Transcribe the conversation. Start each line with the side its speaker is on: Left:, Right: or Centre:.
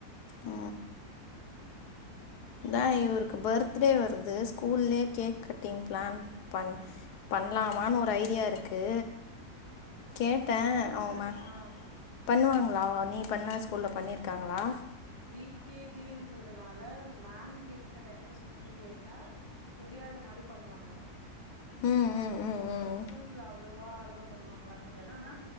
Left: ஆ இந்தா இவருக்கு பர்த்டே வருது ஸ்கூல்லே கேக் கட்டிங் பிளான் பண் பண்ணலாமான் ஒரு ஐடியா இருக்கு கேட்டே
Right: ஸ்கூல்ல
Left: அவ மே
Right: ஆ
Left: பண்ணுவாங்களா நீ பண்ண ஸ்கூல்ல பண்ணியிருக்காங்களா
Right: ப்ரீ கே ஜின்றதுனால மேம் கிட்ட ரெக்வஸ்ட் பண்ணி கேட்டா தெரியாத மாதி பண்ணுவாங்க
Left: ம் ம் ம்
Right: ஸ்கூல்ல
Left: ம்
Right: அவ்ளவா அலோ பண்ணுவாங்களா தெரியாது ஆனா